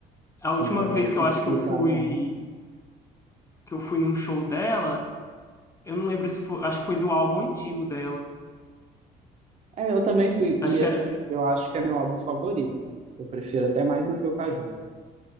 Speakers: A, on the right; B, on the left.
A: Sim,
B: A última
A: parece
B: vez que eu acho
A: que
B: que eu fui,
A: tá bom.
B: que eu fui num show dela, eu não lembro se foi, acho que foi do álbum antigo dela.
A: É, eu também fui.
B: Acho
A: E
B: que
A: assim,
B: era.
A: eu acho que é meu álbum favorito. Eu prefiro até mais do que o Caju.